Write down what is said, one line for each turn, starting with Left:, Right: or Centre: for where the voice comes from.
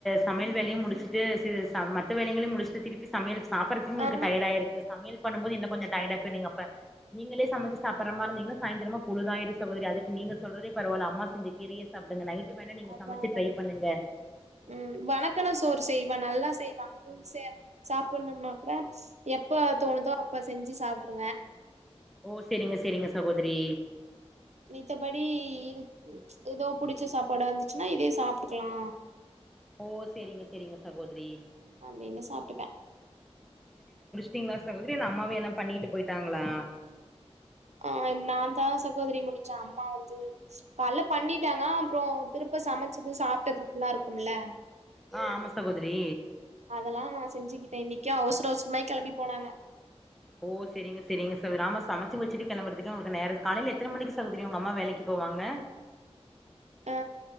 Centre: சமயல் வேலயு முடுச்சுட்டு சி ச மத்த வேலைகள்யு முடிஷ்டு திரிப்பி சம்யல் சாப்பற்து உங்ளுக்கு
Right: ஆ
Centre: டயட் ஆயிருக்கு சம்யல் பண்ணுபோது இன்ன கொஞ்ச டயட் ஆய்ப்ப நீங் அப்ப நீங்களே சமச்சு சாப்பற்ற மார் இர்ந்திங்னா சாய்ந்திரமா பொழுதாயிரு சகோதுரி அதுக்கு நீ ஈங்க சொல்றதே பரவால்ல அம்மா செஞ்ச கீரயே சாப்டுங்க நைட்டு வேணா நீங்க
Right: தாதா
Centre: சமைச்சு ட்ரை பண்ணுங்க
Right: ம் வணக்குன சோறு செய்வா நல்லா செய்வாங் உம்சே சாப்புட்னும்னா கூட எப்ப தோணுதோ அப்ப செஞ்சு சாப்ட்ரு
Centre: ஓ செரிங்க செரிங்க சகோதுரி
Right: மித்தபடி இதுக் எதோ புடிச்ச சாப்பாடா இந்துச்சுனா இதே சாப்ட்டுக்லா
Centre: ஓ சேரிங்க சேரிங்க சகோத்ரி
Right: அப்டினு சாப்ட்டுப்ப
Centre: திங்ளா சகோத்ரி இல்ல அம்மாவே எல்லா பண்ணிட்டு பொயிட்டாங்ளா
Right: ஆ நாந்தா சகோதரி முடுச்ச அம்மா வந்து கால்ல பண்ணிட்டாங்க அப்றொ திருப்ப இப்ப சமச்சுது சாப்ட்ட தட்லா இருக்கும்ல
Centre: ஆ ஆமா சகோதரி
Right: அதலா நா செஞ்சிகிட் இன்னிக்கே அவுஸ்ர அவுஸ்ரமா கெலம்பி போனாங்க
Centre: ஓ செரிங்க செரிங்க சவுதிர் ஆமா சமச்சு வச்சிட்டு கெலம்புற்துக்கு அவுங்கு நேர காலைல எத்தன
Right: ம்
Centre: மணிக்கு சகோதுரி உங்கம்மா வேலக் போவாங்க
Right: அ